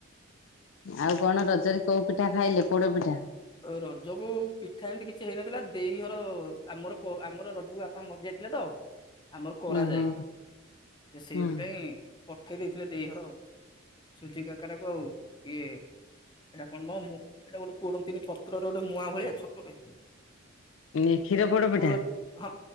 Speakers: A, on the left; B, on the left.
A: ଆଉ କଣ ରଜରେ କୋଉ ପିଠା ଖାଇଲେ ପୋଡ଼ ପିଠା।
B: ରଜକୁ ପିଠା ଏମିତି କିଛି ହେଇନଥିଲା ଦେଇ ଘର ଆମର ଆମର ରଜକୁ ବାପା ମରିଯାଇଥିଲେ ତ ଆମର କରାଯାଏନି
A: ଓହୋ
B: ସେଇଥିପାଇଁ
A: ଉଁ
B: ପଠେଇ ଦେଇଥିଲେ ଦେଇ ଘର ଆ ସୁଜି କାକରାକୁ ଆଉ ଇଏ ଏଇଟା କଣ କ ମୁ ଏଇଟା ଗୋଟେ ପୋଡନ୍ତିନି ପତ୍ରର ଗୋଟେ ମୁଆଁ ଭଳିଆ ଛୋଟଟେ
A: ଏ କ୍ଷୀର ପୋଡ ପିଠା।
B: ପୁର ହଁ